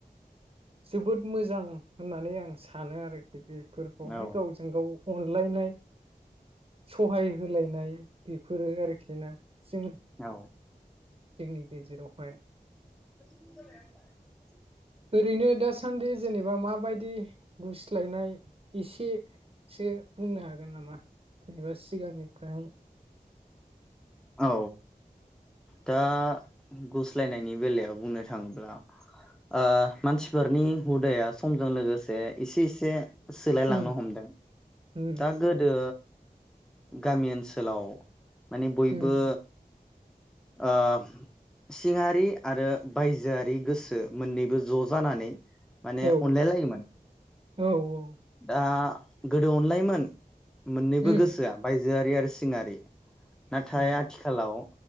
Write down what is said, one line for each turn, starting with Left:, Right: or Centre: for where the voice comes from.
Right: जोबोद मोजां होननानै आं सानो आरोखि बे फोरखौहाय
Centre: औ
Right: गावजों गाव अनलायनाय सहाय होलायनाय बेफोरो आरोखि ना जों
Centre: औ।
Right: जोंनि गेजेरावहाय।
Centre: <unintelligible>
Right: ओरैनो दासान्दि जेनेबा माबायदि गुस्लायनाय एसेसो बुंनो हागोन नामा जेनेबा सिगांनिफ्राय?
Centre: औ दा गुस्लायनायनि बेलायाव बुंनो थाङोब्ला ओ मानसिफोरनि हुदाया समजों लोगोसे एसे एसे सोलायलांनो
Right: उम
Centre: हमदों।
Right: उम
Centre: दा गोदो गामि ओनसोलाव माने बयबो
Right: उम
Centre: ओ सिङारि आरो बायजोआरि गोसो मोननैबो ज' जानानै माने
Right: औ
Centre: अनलायलायोमोन
Right: औ औ
Centre: दा गोदो अनलायोमोन मोननैबो
Right: उम
Centre: गोसोआ बाय जोआरि आरो सिङारि नाथाय
Right: उम
Centre: आथिखालाव